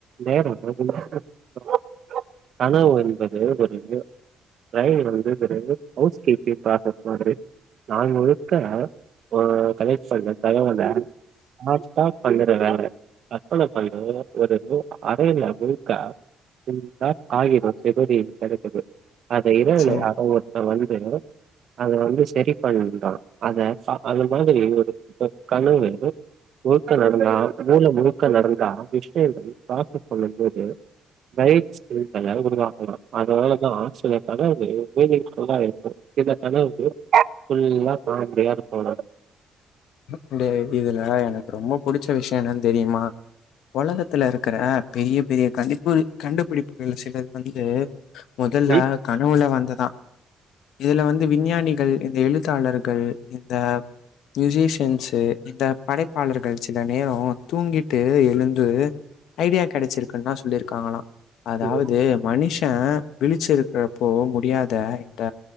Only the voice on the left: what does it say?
சரி
இந்த இதுல எனக்கு ரொம்ப புடிச்ச விஷ்யோ என்னன் தெரிமா ஒலகத்துல இருக்குற பெரிய பெரிய கண்டிப்பு கண்டுபிடிப்புகள் சிலது வந்து முதல்ல
கனவுல வந்ததா இதுல வந்து விஞ்ஞானிகள் இந்த எழுத்தாளர் கள் இந்த மியூசிஷியன்ஸு இந்த படைப்பாளர்கள் சில நேரோ தூங்கிட்டு எழுந்து ஐடியா கெடச்சிருக்குன்தா சொல்லிருக்காங்களா அதாவது
மனிஷ விழிச்சு இருக்றப்போ முடியாத இந்த